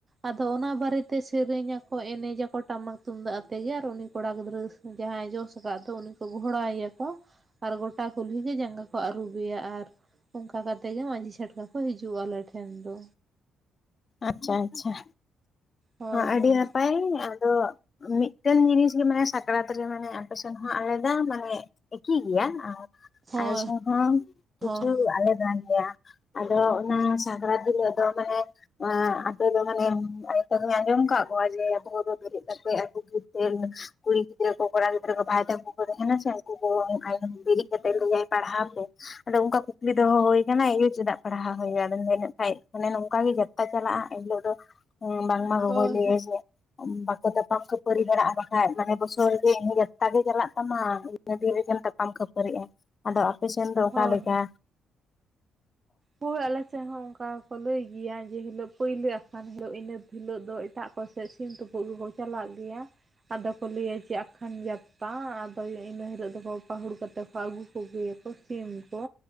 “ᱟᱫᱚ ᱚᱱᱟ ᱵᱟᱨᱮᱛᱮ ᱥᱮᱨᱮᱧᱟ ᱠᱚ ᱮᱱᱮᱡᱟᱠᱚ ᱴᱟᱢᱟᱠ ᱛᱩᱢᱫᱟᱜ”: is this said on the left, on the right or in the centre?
Right